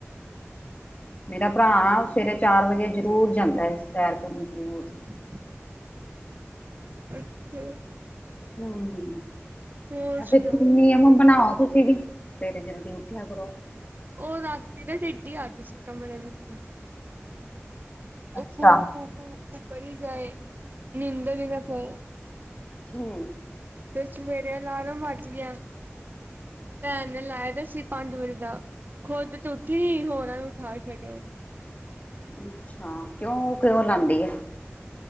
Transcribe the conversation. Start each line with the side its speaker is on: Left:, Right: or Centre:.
Left: ਮੇਰਾ ਭਰਾ ਸਵੇਰੇ ਚਾਰ ਵਜੇ ਜ਼ਰੂਰ ਜਾਂਦਾ ਐ। ਸੈਰ ਕਰਨ ਜ਼ਰੂਰ।
Right: <inaudible> ਅੱਛਾ।
Left: ਹੂੰ,
Right: ਹੋਰ
Left: ਅਸੀ
Right: ਸੁਣਾਓ
Left: ਗੁਨੀ ਹੁਣ ਬਣਾਉ ਤੁਸੀਂ ਵੀ? ਸਵੇਰੇ ਜਲਦੀ ਉਠੇ ਆਪਾ।
Right: ਉਹ ਰਾਤੀ ਨਾ ਟਿਡੀ ਆ ਗਈ ਸੀ ਕਮਰੇ ਵਿੱਚ। ਉਹ
Left: ਅੱਛਾ
Right: ਕੂਕੂ- ਕੂਕੂ-ਕੂਕੂ ਕਰੀ ਜਾਏ। ਨੀਦਰ ਹੀ ਨਾ ਪਈ।
Left: ਹੂੰ
Right: ਤੇ ਸਵੇੇਰੇ ਅਲਾਰਮ ਵੱਜ ਗਿਆਂ। ਭੈਣ ਨੇ ਲਾਇਆ ਦਾ ਸੀ। ਪੰਜ ਵਜੇ ਦਾ ਖੁੱਦ ਤੇ ਉੱਠੀ ਹੋਰਾਂ ਨੂੰ ਉਠਾ ਛੱਡਿਆ। ਉਹਨੇ ਤਾਂ।
Left: ਅੱਛਾ ਕਿਉਂ, ਉਹ ਕਿਉ, ਲਾਉਂਦੀ ਐ।